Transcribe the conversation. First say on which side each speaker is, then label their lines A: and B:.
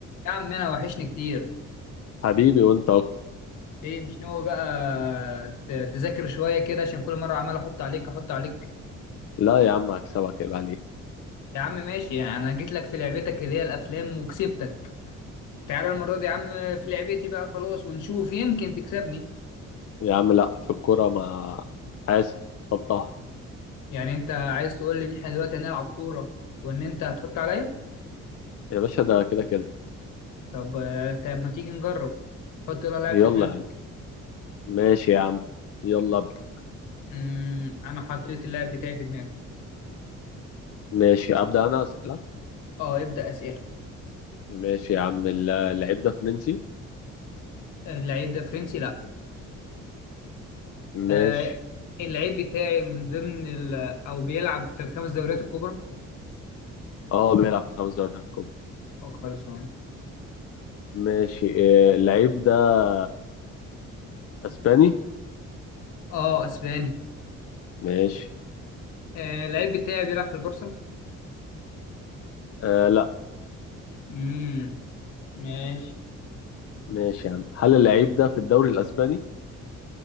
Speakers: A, on the left (about 85°); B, on the left (about 50°).
A: يا عم انا وحشني كتير
B: حبيبي وانت اكتر
A: ايه مش ناوي بقى ت- تذاكر شوية كده عشان كل مرة عمال احط عليك احط عليك
B: لا يا عم هكسبك عيب عليك
A: يا عم ماشي يعني انا جيت لك في لعبتك اللي هي الافلام وكسبتك تعالى المرة دي يا عم في لعبتي بقى خلاص ونشوف يمكن تكسبني
B: يا عم لا في الكوره ما حاسب خطها
A: يعني انت عايز تقول لي ان احنا دلوقتي هنلعب كورة وان انت هتحط عليا
B: يا باشا ده كده كده
A: طب آه، طب ما تيجي نجرب حط لها لاعب
B: يلا
A: في دماغك
B: يا عم ماشي يا عم يلا ابدا
A: أمم، انا حطيت اللاعب بتاعي في دماغي
B: ماشي ابدا انا اسالك
A: اه ابدأ اسئلة
B: ماشي يا عم ال- اللعيب ده فرنسي
A: اللعيب ده فرنسي لا
B: ماشي
A: آه اللعيب بتاعي من ضمن ال او بيلعب في الخمس دوريات الكبرى
B: اه بيلعب في خمس دوريات الكبرى
A: اه خلصان
B: ماشي آه، اللعيب ده اسباني
A: اه اسباني
B: ماشي
A: آه اللعيب بتاعي بيلعب في البورصة
B: آه لا
A: امم ماشي
B: ماشي يا عم هل اللعيب ده في الدوري الاسباني